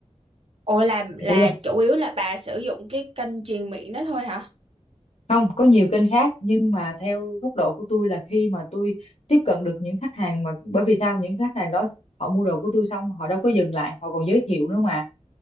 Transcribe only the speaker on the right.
ồ là là
chủ yếu là bà sử dụng cái kênh truyền miệng đó thôi hả?